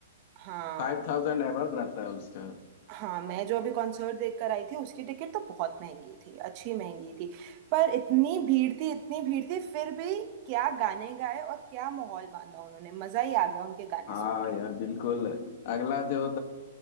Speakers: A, on the right (about 45°); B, on the left (about 50°).
A: हाँ
B: फाइव थाउजेंड एबव रहता है उसका तो
A: हाँ मैं जो अभी कॉन्सर्ट देख कर आई थी उसकी टिकट तो बहुत महंगी थी अच्छी महंगी थी पर इतनी भीड़ थी इतनी भीड़ थी फिर भी क्या गाने गाए और क्या माहौल बांधा उन्होंने मजा ही आ गया उनके गाने
B: हाँ
A: सुन के
B: यार बिल्कुल अगला जो